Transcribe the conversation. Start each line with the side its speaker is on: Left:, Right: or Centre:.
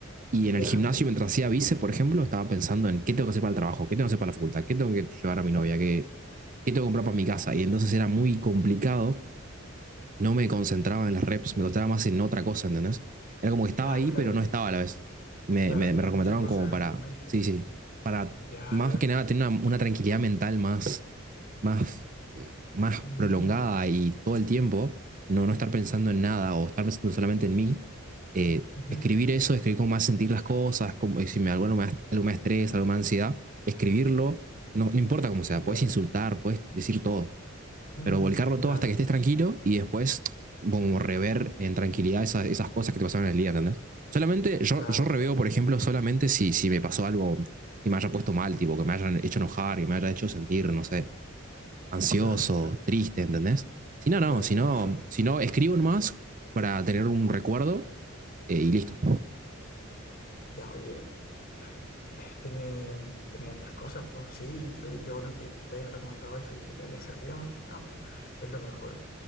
Right: Y
Left: ya.
Right: en el gimnasio, mientras hacía vice, por ejemplo, estaba pensando en qué tengo que hacer para el trabajo, qué tengo que hacer para la facultad, qué tengo que llevar a mi novia, qué, qué tengo que comprar para mi casa. Y entonces era muy complicado. No me concentraba en las reps, me concentraba más en otra cosa, ¿entendés? Era como que estaba
Left: Claro,
Right: ahí,
Left: claro,
Right: pero no
Left: te-
Right: estaba a la vez. me,
Left: claro,
Right: me,
Left: tenías
Right: me recomendaron
Left: muchas cosas
Right: como para,
Left: en tu mente.
Right: sí, sí, para
Left: Ya,
Right: más
Left: ya.
Right: que nada tener una, una tranquilidad mental más más, eh, más
Left: Mm,
Right: prolongada y todo el tiempo, no, no estar pensando en nada o estar pensando solamente en mí, eh,
Left: ujú,
Right: escribir eso, escribir cómo me hace sentir las cosas, cómo, si me, algo, me, da- algo me da estrés, algo me da ansiedad, escribirlo, no, no importa cómo sea, puedes
Left: ya.
Right: insultar, puedes decir todo,
Left: mm,
Right: pero volcarlo
Left: dale,
Right: todo hasta que estés tranquilo y después como rever en tranquilidad esas, esas cosas que te pasaron en el día, ¿entendés? Solamente, yo,
Left: claro,
Right: yo reveo,
Left: claro,
Right: por ejemplo, solamente si, si me pasó algo que me haya puesto mal, tipo, que me hayan hecho enojar, que me haya hecho sentir, no sé, ansioso,
Left: claro, ya.
Right: triste, ¿entendés? Si no,
Left: Dale,
Right: no, si
Left: una
Right: no,
Left: emoción.
Right: si no escribo nomás para tener un recuerdo eh, y listo.
Left: Ya, oye, eh, tiene, tiene hartas cosas, pues sí, oye, qué bueno que te hayan recomendado eso y que te haya servido más que nada, pues es lo mejor.